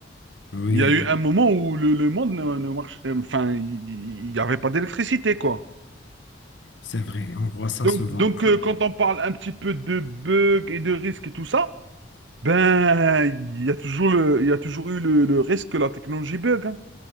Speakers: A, on the left (about 85°); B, on the right (about 80°).
A: Oui,
B: Il y a eu un moment où le, le monde ne, ne marche, euh, enfin, il n'y avait pas d'électricité, quoi.
A: c'est vrai. On voit ça
B: Donc,
A: souvent.
B: donc euh, quand on parle un petit peu de bugs et de risques et tout ça, ben, il y a toujours le, il y a toujours eu le, le risque que la technologie bug. Hein.